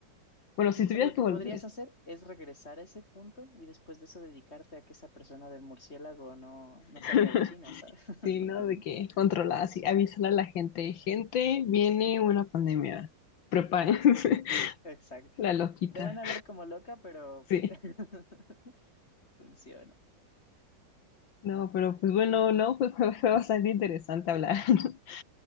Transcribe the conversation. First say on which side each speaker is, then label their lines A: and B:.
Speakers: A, on the left (about 80°); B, on the left (about 35°).
A: Bueno, si
B: Mm,
A: tuvieras
B: Pero lo
A: que
B: que
A: volver.
B: podrías hacer es regresar a ese punto y después de eso dedicarte a que esa persona del murciélago no, no
A: <laughs>
B: salga de China, ¿sabes? <laughs>
A: Sí, ¿no? De que controlada, sí, avísale a la gente. Gente, viene una pandemia. Prepárense. <laughs>
B: Exacto.
A: La loquita.
B: Te van a ver como loca, pero
A: Sí.
B: pues <laughs> funciona.
A: No, pero pues bueno, no, pues <laughs> fue bastante interesante hablar. <laughs>